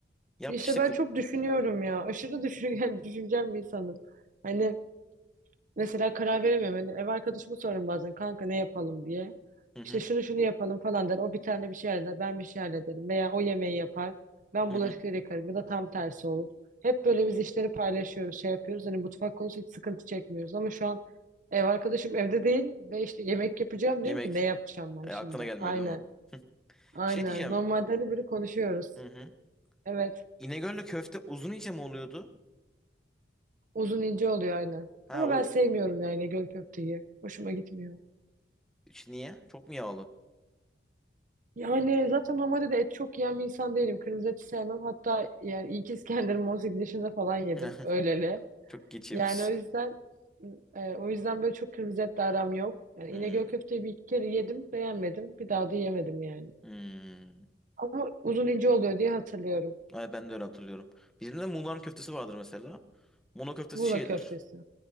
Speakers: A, in the centre; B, on the right.
A: Yap
B: İşte
A: işte.
B: ben
A: kı-
B: çok düşünüyorum ya. Aşırı düşün, <laughs> yani düşüncem bir insanım. Hani Mesela karar veremiyorum. Hani ev arkadaşımı sorarım bazen kanka ne yapalım diye.
A: Hı hı
B: İşte şunu şunu yapalım falan der. O bir tane bir şey halleder. Ben bir şey hallederim. Veya o yemeği yapar. Ben
A: hı
B: bulaşıkları
A: hı.
B: yıkarım. Ya da tam tersi olur. Hep böyle biz işleri paylaşıyoruz, şey yapıyoruz. Hani mutfak konusu hiç sıkıntı çekmiyoruz. Ama şu an ev arkadaşım evde değil ve işte yemek yapacağım diyorum
A: Yemek
B: ki ne yapacağım ben
A: e,
B: şimdi?
A: aklına gelmiyor
B: Aynen.
A: değil mi?
B: Aynen.
A: Şey diyeceğim.
B: Normalde hani böyle konuşuyoruz.
A: Hı hı.
B: Evet.
A: İnegöl'le köfte uzun iyice mi oluyordu?
B: Uzun ince oluyor aynen.
A: Ha
B: Ama
A: o
B: ben sevmiyorum yani göl köfteyi. Hoşuma gitmiyor.
A: işte niye? Çok mu yağlı?
B: Yani zaten normalde de et çok yiyen bir insan değilim. Kırmızı eti sevmem. Hatta yani ilk İskender'imi 18 yaşında falan yedim.
A: <laughs>
B: Öyleli.
A: Çok geçiyoruz.
B: Yani o yüzden e, o yüzden böyle çok kırmızı etle aram yok. Yani
A: Hmm,
B: İnegöl köfteyi bir iki kere yedim. Beğenmedim. Bir daha da yemedim yani.
A: hmm.
B: Ama uzun ince oluyor diye hatırlıyorum.
A: Evet, ben de öyle hatırlıyorum. Bizim de Muğla'nın köftesi vardır mesela. Muğla köftesi
B: Muğla
A: şeydir.
B: köftesi.